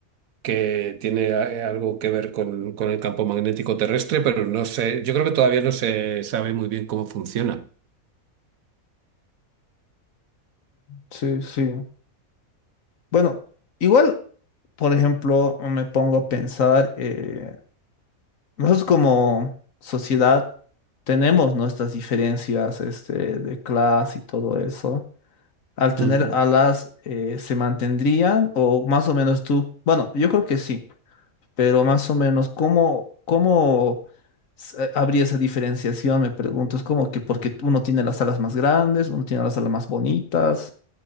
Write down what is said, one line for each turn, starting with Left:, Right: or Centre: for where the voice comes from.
Right: que tiene a- algo que ver con, con el campo magnético terrestre, pero no sé, yo creo que todavía no se sabe muy bien cómo funciona.
Left: Sí, sí. Bueno, igual, por ejemplo, me pongo a pensar, eh, nosotros como sociedad tenemos nuestras diferencias, este, de clase y todo eso. Al tener
Right: Ujú.
Left: alas, eh, ¿se mantendrían? O más o menos tú. Bueno, yo creo que sí. pero más o menos, ¿cómo, cómo s- eh, habría esa diferenciación? Me pregunto, es como que porque uno tiene las alas más grandes, uno tiene las alas más bonitas.